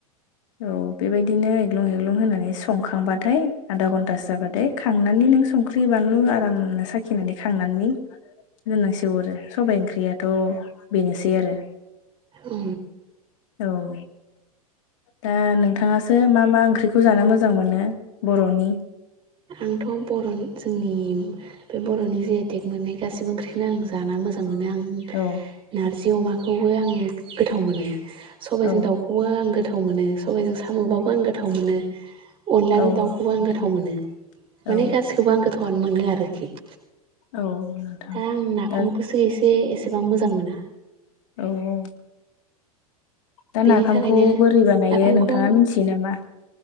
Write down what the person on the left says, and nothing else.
औ बेबायदिनो एग्लुं हेग्लुं होनानै संखांबाथाय आधा घन्टासो जाबाथाय खांनानै नों संख्रि बानलु आरामनो साखिनानै खांनानै दोननांसो हरो सबबाय ओंख्रियाथ' बेनोसै आरो।
औ दा नोंथाङासो मा मा ओंख्रिखौ जानो मोजां मोनो बर'नि?
औ
औ
औ
नोंथां
औ
औ नोंथां
दा
औ औ दा
नाफामखौ
बोरै बानायो
नोंथाङा मिथियो नामा?